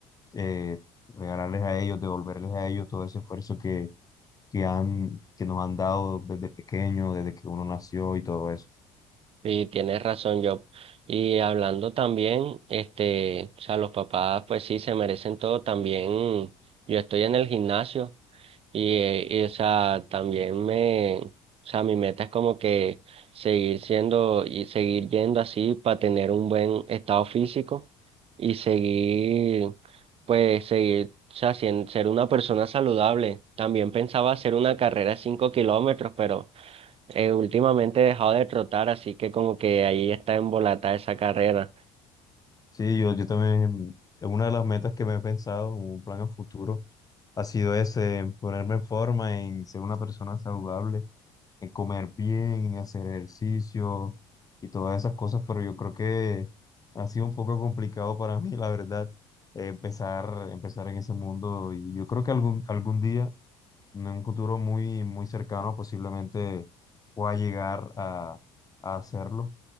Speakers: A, on the left; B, on the right.
A: eh, regalarles a ellos, devolverles a ellos todo ese esfuerzo que, que han, que nos han dado desde pequeño, desde que uno nació y todo eso.
B: Y tienes razón, Job. Y hablando también, este, o sea, los papás, pues sí, se merecen todo. También yo estoy en el gimnasio y, eh, y, o sea, también me, o sea, mi meta es como que seguir siendo y seguir yendo así para tener un buen estado físico y seguir, pues seguir, o sea, sien- ser una persona saludable. También pensaba hacer una carrera de 5 kilómetros, pero eh, últimamente he dejado de trotar, así que como que ahí está embolatada esa carrera.
A: Sí, yo, yo también, es una de las metas que me he pensado, un plan a futuro, ha sido ese, en ponerme en forma, en ser una persona saludable, en comer bien, en hacer ejercicio y todas esas cosas, pero yo creo que ha sido un poco complicado para <laughs> mí, la verdad, eh, empezar, empezar en ese mundo y yo creo que algún, algún día en un futuro muy, muy cercano posiblemente pueda llegar a, a hacerlo.